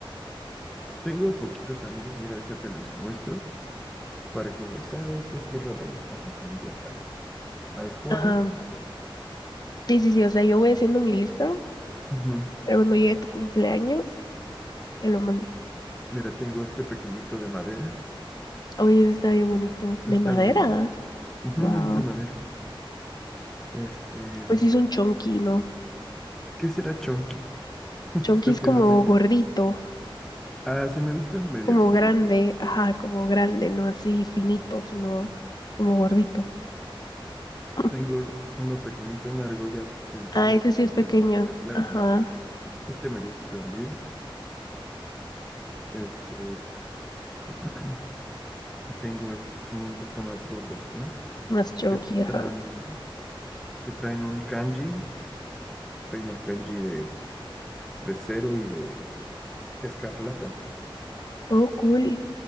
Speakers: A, in the centre; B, on the left.
A: tengo poquitos anillos, mira, déjate los muestro para que digas, ¿sabes qué estilo le gustan los anillos a- al Juani?
B: Ah, sí, sí, sí. O sea, yo voy haciendo mi lista,
A: Ujú.
B: pero cuando llegue tu cumpleaños, te lo mando.
A: Mira, tengo este pequeñito de madera.
B: Oye, ese está bien bonito. De
A: Está
B: madera.
A: bonito. Ujú,
B: Wow.
A: es de madera. Este.
B: Pues sí, son chunky, ¿no?
A: ¿Qué será chunky?
B: Chonky
A: Es
B: es
A: que
B: como
A: no sé qué
B: gordito,
A: es. Ah, sí, me gustan medio
B: como
A: gorditos.
B: grande, ajá, como grande, no así finito, sino como gordito. <laughs>
A: Tengo uno pequeñito, una argolla sencilla,
B: Ah, ese
A: pequeña
B: sí es pequeño,
A: de plata.
B: ajá,
A: Este me gusta también. Este, <clears throat> y tengo estos que son un poquito más gordos, ¿no?
B: más chonky,
A: Que
B: ajá.
A: traen, que traen un kanji, traen el kanji de, de cero y de escarlata.
B: Oh, cool,